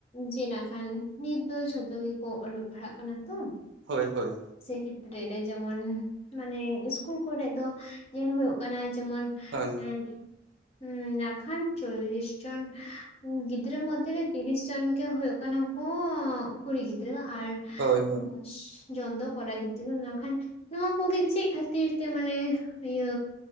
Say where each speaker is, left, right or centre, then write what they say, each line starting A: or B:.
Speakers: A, on the left (about 35°); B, on the right (about 70°).
A: ᱡᱮᱱᱟᱜ ᱠᱷᱟᱱ ᱱᱤᱛ ᱫᱚ ᱡᱷᱚᱛᱚ ᱜᱮᱠᱚ ᱚᱞᱚᱜ ᱯᱟᱲᱦᱟᱜ ᱠᱟᱱᱟ ᱛᱚ᱾
B: ᱦᱳᱭ ᱦᱳᱭ
A: ᱥᱮ ᱠᱷᱮᱛᱨᱮ ᱨᱮ ᱡᱮᱢᱚᱱ ᱢᱟᱱᱮ ᱤᱥᱠᱩᱞ ᱠᱚᱨᱮ ᱫᱚ ᱧᱮᱞ ᱦᱳᱭᱚᱜ ᱠᱟᱱᱟ ᱡᱮᱢᱚᱱ
B: ᱦᱳᱭ
A: ᱮᱸ ᱦᱩᱸ ᱮᱠᱷᱟᱱ ᱪᱚᱞᱞᱤᱥ ᱡᱚᱱ ᱜᱤᱫᱽᱨᱟᱹ ᱢᱚᱫᱽ ᱨᱮ ᱛᱤᱨᱤᱥ ᱡᱚᱱ ᱜᱮ ᱦᱩᱭᱩᱜ ᱠᱟᱱᱟ ᱠᱚ ᱠᱩᱲᱤ ᱜᱤᱫᱽᱨᱟᱹ ᱟᱨ
B: ᱦᱳᱭ
A: ᱫᱚᱥ ᱡᱚᱱ ᱫᱚ ᱠᱚᱨ ᱜᱤᱫᱽᱨᱟᱹᱟᱹ ᱢᱮᱱᱠᱷᱟᱱ ᱱᱚᱶᱟ ᱠᱚᱜᱮ ᱪᱮᱫ ᱠᱷᱟᱹᱛᱤᱨ ᱛᱮ? ᱢᱟᱱᱮ ᱤᱭᱟᱹ